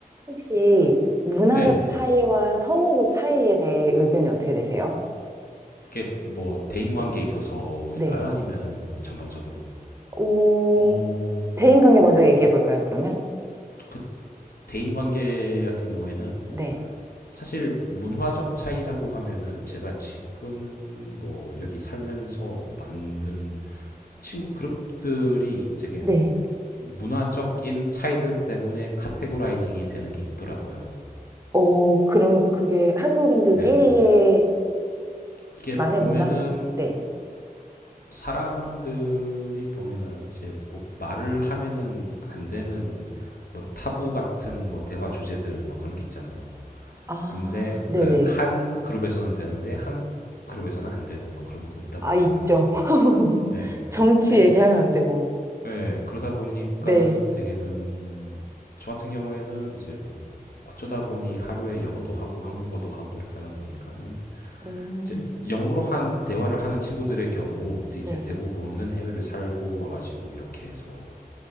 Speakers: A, on the right; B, on the left.
A: 혹시 문화적
B: 네네.
A: 차이와 선호도 차이에 대해 의견이 어떻게 되세요?
B: 이게 뭐 대인 관계에
A: 네.
B: 있어서일까요?
A: 네.
B: 아니면은 뭐 전반적으로
A: 오,
B: 어,
A: 대인관계 먼저 얘기해 볼까요, 그러면?
B: 그 대인 관계 같은 경우에는
A: 네.
B: 사실 문화적 차이라고 하면은 제가 지금 뭐 여기 살면서 만든 친구 그룹들이 되게
A: 네.
B: 문화적인 차이들 때문에 카테고라이징이 되는 게 있더라고요.
A: 어, 그럼 그게 한국인들끼리의
B: 네네. 이게
A: 만의
B: 보면은
A: 문화? 네.
B: 사람들이 보면은 이제 뭐 말을 하면은 안 되는 뭐 타부 같은 뭐 대화 주제들 뭐 그런 게 있잖아요.
A: 아,
B: 근데
A: 네네.
B: 그 한 그룹에서는 되는데 한 그룹에서는 안 되는 뭐 그런 거 있다
A: 아,
B: 보니까는
A: 있죠. <laughs>
B: 예.
A: 정치
B: 이제
A: 얘기하면 안 되고.
B: 예, 그러다 보니까는
A: 네.
B: 되게는 저 같은 경우에는 이제 뭐 어쩌다 보니 하루에 영어도 하고 한국어도 하고 이렇게 하다 보니까는
A: 음,
B: 이제 영어로 한 대화를 하는 친구들의 경우 이제
A: 네.
B: 대부분은 해외를 살고 와가지고 이렇게 해서